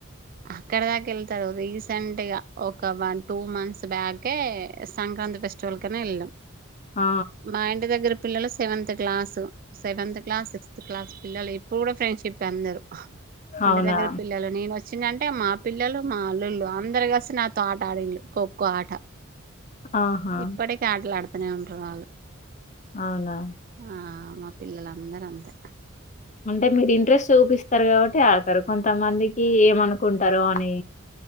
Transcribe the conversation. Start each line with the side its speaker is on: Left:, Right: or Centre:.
Right: అక్కడ దాకా వెళ్తారు రీసెంట్ గా ఒక వన్ టూ మంత్స్ బ్యాకే సంక్రాంతి ఫెస్టివల్ కనే వెళ్ళాం.
Left: ఆ
Right: మా ఇంటి దగ్గర పిల్లలు seventh class seventh class sixth class పిల్లలు ఇప్పుడు కూడా ఫ్రెండ్షిప్పే అందరు
Left: అవునా
Right: ఇంటి దగ్గర పిల్లలు నేను వస్ చ్చిందంటే మా పిల్లలు మా అల్లుళ్లు అందరు కస్ నాతో ఆట ఆడేళ్ళు ఖోఖో ఆట
Left: ఆహా
Right: ఇప్పడే కాళ్ల అను వత్తనే ఉంటర్ వాళ్ళు
Left: అవునా
Right: ఆ మా పిల్లలందర్ అంతే
Left: అంటే మీరు ఇంట్రెస్ట్ చూపిస్తారు కాబట్టి ఆడుతరు కొంతమందికి ఏమనుకుంటరో అని